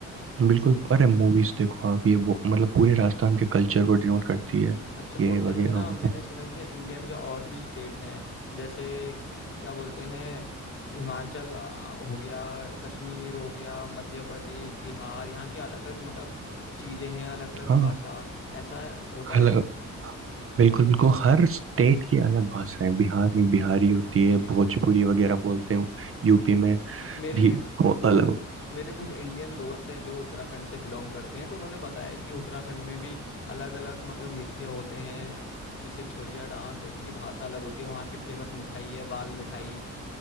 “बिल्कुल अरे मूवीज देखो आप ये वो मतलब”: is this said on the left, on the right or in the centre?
Right